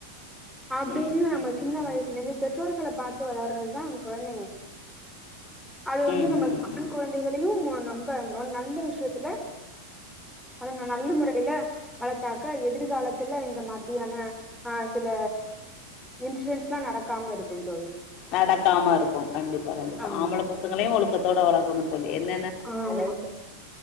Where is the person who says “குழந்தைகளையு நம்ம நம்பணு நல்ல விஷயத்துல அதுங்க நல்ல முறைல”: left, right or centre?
Centre